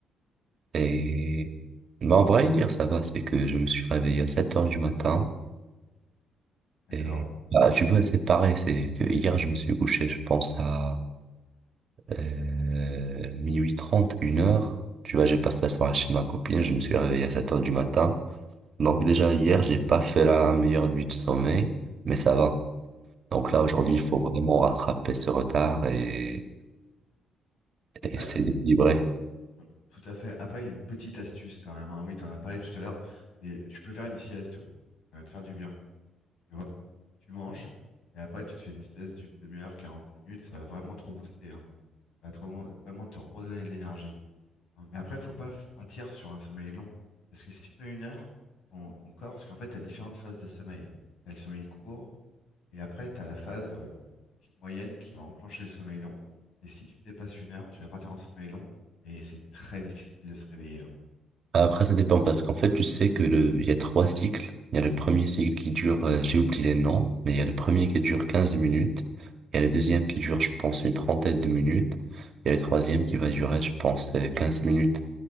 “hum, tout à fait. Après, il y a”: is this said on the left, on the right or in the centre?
Left